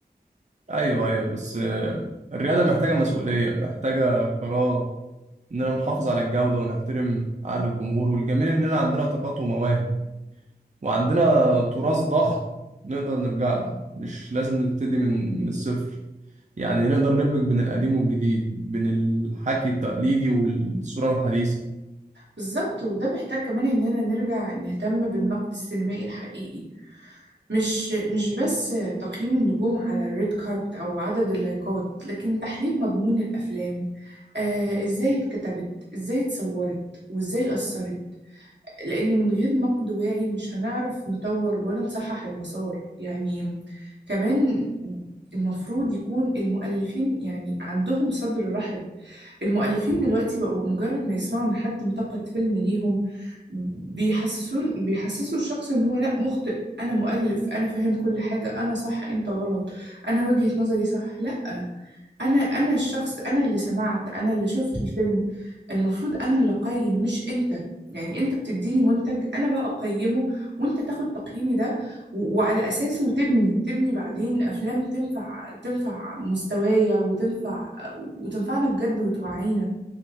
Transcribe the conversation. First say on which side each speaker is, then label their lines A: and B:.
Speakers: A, on the right; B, on the right.
A: ايوه ايوه بس آه، الرياضه محتاجه مسؤوليه محتاجه قرار اننا نحافظ على الجوده ونحترم عقل الجمهور والجميل اننا عندنا طاقات ومواهب وعندنا تراث ضخم نقدر نرجع له مش لازم نبتدي من من الصفر يعني نقدر ندمج بين القديم والجديد بين الحكي التقليدي والصورة الحديثة
B: بالظبط وده محتاج كمان إننا نرجع نهتم بالنقد السينمائي الحقيقي مش مش بس تقييم النجوم على الريد كاربت أو عدد اللايكات لكن تحليل مضمون الأفلام آه إزاي اتكتبت إزاي اتصورت وإزاي أثرت لأن من غير نقد واعي مش هنعرف نطور ولا نصحح المسار يعني كمان المفروض يكون المؤلفين يعني عندهم صدر رحب المؤلفين دلوقتي بقوا مجرد ما يسمعوا إن حد انتقد فيلم ليهم بيحسسون بيحسسوا الشخص إن هو لأ مخطئ أنا مؤلف أنا فاهم كل حاجة أنا صح أنت غلط أنا وجهة نظري صح لأ انا انا الشخص انا اللي سمعت انا اللي شفت الفيلم المفروض انا اللي اقيم مش انت يعني انت بتديني منتج انا بقى اقيمه وانت تاخد تقييمي ده و- وعلى اساسه تبني تبني بعدين افلام تنفع تنفع مستوايا وتنفع وتنفعنا بجد وتوعينا